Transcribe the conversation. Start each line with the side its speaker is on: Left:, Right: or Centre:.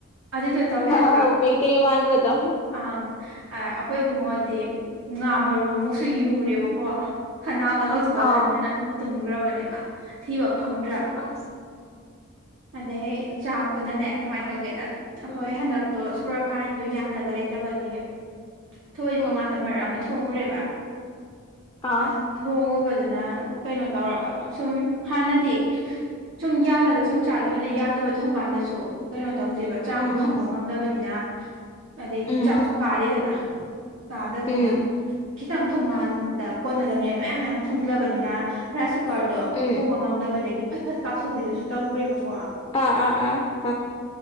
Right: ꯑꯗꯨꯏꯗꯣ ꯇꯧꯋꯦ ꯍꯥꯏꯕ
Left: ꯑꯥꯎ ꯀꯩꯀꯩ ꯃꯥꯟꯕꯗꯣ
Right: ꯑꯪ ꯑꯩꯈꯣꯏꯕꯨꯨꯡꯉꯗꯤ ꯉꯥ ꯃꯔꯨ ꯑꯃꯨꯛꯁꯨ ꯌꯨꯔꯦꯕꯀꯣ ꯈꯅꯥꯎꯗꯣ ꯍꯧꯖꯤꯛꯐꯥꯎ
Left: ꯑꯥꯎ
Right: ꯍꯟꯗꯅ ꯑꯗꯨꯝ ꯇꯨꯝꯈ꯭ꯔꯕꯅꯤꯃ ꯊꯤꯕ ꯐꯪꯗ꯭ꯔꯕ
Left: ꯑꯁ
Right: ꯑꯗꯩ ꯆꯥꯛꯇꯨꯅꯅꯦ ꯀꯃꯥꯏꯅ ꯇꯧꯒꯦꯗ ꯑꯩꯈꯣꯏ
Left: ꯎꯝ
Right: ꯍꯟꯗꯛꯇꯣ ꯁꯨꯔ ꯐꯥꯏꯟꯗꯨ ꯌꯥꯟꯅꯅꯕ ꯂꯩꯇꯕꯒꯤ ꯊꯣꯛꯣꯏꯏꯐꯧ
Left: ꯎꯝ
Right: ꯉꯥꯛꯇ ꯃꯔꯛ ꯑꯃ ꯊꯣꯡꯉꯨꯔꯦꯕ
Left: ꯑꯥꯎ
Right: ꯑ ꯊꯣꯡꯉꯨꯕꯗꯨꯅ ꯀꯩꯅꯣ ꯇꯧꯔꯕ ꯁꯨꯝ ꯍꯥꯟꯅꯗꯤ ꯁꯨꯝ ꯌꯥꯜꯂꯒ ꯁꯨꯝ ꯆꯥꯈꯤꯕꯅꯦ ꯌꯥꯗꯕ ꯊꯣꯡꯀꯥꯟꯗꯁꯨ ꯀꯩꯅꯣ ꯇꯧꯗꯦꯕ ꯆꯥꯡꯗꯣ
Left: ꯎꯝ ꯎꯝ
Right: ꯈꯪꯕ ꯉꯝꯗꯕꯅꯤꯅ ꯑꯗ ꯏꯗꯤ
Left: ꯎꯝ
Right: ꯆꯥꯛꯁꯨ ꯀꯥꯗꯦꯗꯅ ꯀꯥꯗꯕꯅꯤꯅ
Left: ꯎꯝ
Right: ꯈꯤꯇꯪ ꯊꯣꯡꯒꯥꯟꯗ ꯀꯣꯟꯅꯗꯕꯅꯦ ꯃꯌꯥꯝ ꯃꯌꯥꯝ ꯊꯣꯡꯖꯤꯜꯂꯕꯅꯤꯅ ꯔꯥꯏ ꯀꯨꯀꯔꯗꯣ
Left: ꯎꯝ
Right: ꯄꯨꯕ ꯉꯝꯗꯕꯗꯒꯤ ꯐꯠ ꯐꯠ ꯀꯥꯞꯊꯣꯛꯄꯤꯗꯨꯁꯨ ꯇꯧꯈ꯭ꯔꯦꯕꯀꯣ
Left: ꯑꯥ ꯑꯥ ꯑꯥ